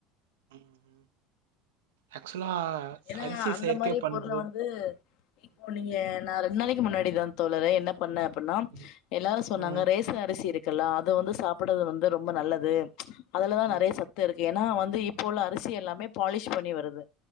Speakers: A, on the right; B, on the left.
A: ம் ஆக்சுவலா
B: ஏன்னா
A: அரிசி
B: அந்த
A: செயற்கைய
B: மாரி
A: பண்ற
B: பொருள வந்து இப்போ நீங்க நா ரெண் நாளைக்கு முன்னாடி அப்டிதா தோழரே என்ன பண்ண அப்பன்னா
A: ம்
B: எல்லாரு சொன்னாங்க
A: ம்
B: ரேச அரிசி இருக் க்கல்ல அது வந்து சாப்பிடுறது வந்து ரொம்ப நல்லது அதுலதா
A: ம்
B: நெறய சத்து இருக்கு வந்து இப்போ உள்ள அரிசி எல்லாமே பாலிஷ் பண்ணி வருது